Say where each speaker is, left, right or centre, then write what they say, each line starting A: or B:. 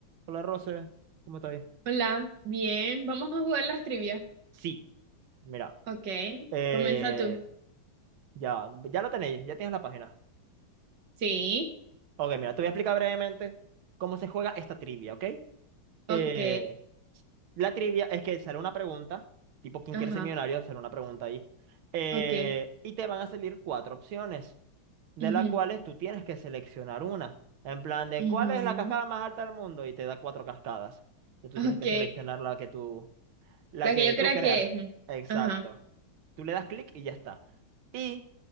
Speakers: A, on the right; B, on the right.
A: Hola, Rose, ¿cómo estáis?
B: Hola, bien, vamos a jugar las trivias.
A: Sí, mira,
B: Ok,
A: eh,
B: comienza tú.
A: ya, ya lo tenéis, ya tienes la página.
B: Sí,
A: Ok, mira, te voy a explicar brevemente cómo se juega esta trivia, ¿ok? Eh,
B: ok,
A: la trivia es que sale una pregunta, tipo ¿quién
B: ajá,
A: quiere ser millonario? Sale una pregunta ahí, eh,
B: ok,
A: y te van a salir cuatro opciones, de
B: ujú,
A: las cuales tú tienes que seleccionar una, en plan de
B: ujú,
A: ¿cuál es la cascada más alta del mundo? Y te da cuatro cascadas. Entonces
B: ok.
A: tú tienes que seleccionar la que tú, la
B: La
A: que
B: que yo
A: tú
B: creo
A: creas.
B: que es. ujú,
A: Exacto.
B: Ajá,
A: Tú le das clic y ya está. Y